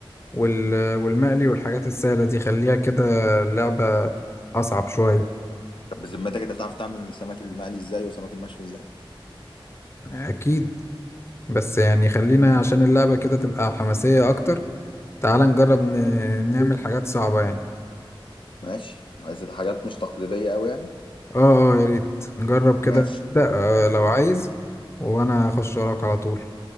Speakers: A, on the left; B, on the left.
A: وال... والمقلي والحاجات السهلة دي خليها كده اللعبة اصعب شوية
B: طب بذمتك انت بتعرف تعمل السمك المقلي ازاي والسمك المشوي ازاي
A: اكيد بس يعني خلينا عشان اللعبة كده تبقى حماسية اكتر تعال نجرب ن- نعمل حاجات صعبة يعني
B: ماشي عايز الحاجات مش تقليديه قوي يعني
A: اه اه يا ريت نجرب كده
B: ماشي
A: ابدأ آه، لو عايز وانا اخش وراك على طول